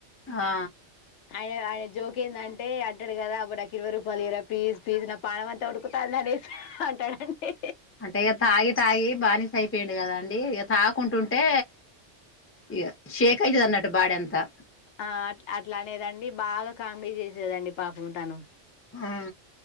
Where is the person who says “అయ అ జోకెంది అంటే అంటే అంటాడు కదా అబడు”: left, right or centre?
Left